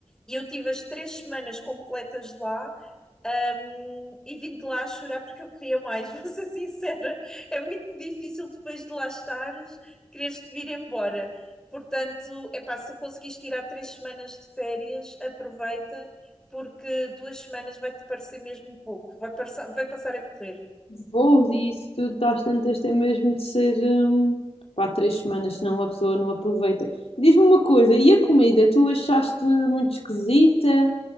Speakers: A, in the centre; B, on the left.
A: E eu tive as três semanas completas lá Hum, e vim de lá chorar porque eu queria mais, <laughs> vou ser sincera, é muito difícil depois de lá estares, quereres-te vir embora. Portanto, é pá, se conseguiste tirar três semanas de férias, aproveita, porque duas semanas vai-te parecer mesmo pouco, vai passar, vai passar a correr.
B: voos e isso tudo, tá às tantas, tem mesmo de ser hum, pá, três semanas, senão uma pessoa não aproveita. Diz-me uma coisa, e a comida? Tu achaste muito esquisita?